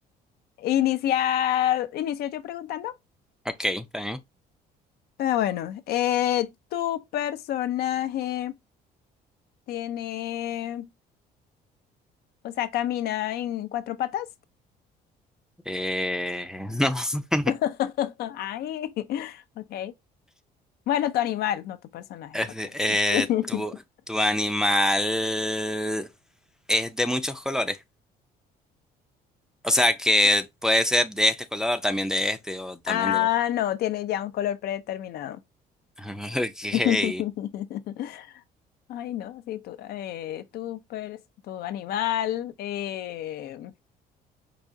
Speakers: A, on the left; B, in the centre.
A: Inicia, inicio yo preguntando.
B: Ok, está bien.
A: Ah, bueno, eh, tu personaje tiene, o sea, camina en cuatro patas.
B: Eh, <laughs> no. <laughs>
A: <laughs> Ay, <laughs> ok. Bueno, tu animal, no tu personaje,
B: Es
A: perdón.
B: de- eh,
A: <laughs>
B: tu, tu animal es de muchos colores. O sea, que puede ser de este color, también de este, o también
A: Ah,
B: de la...
A: no, tiene ya un color predeterminado.
B: <laughs> Ok.
A: <laughs> Ay, no, sí, tu, eh, tu, pers- tu animal, eh,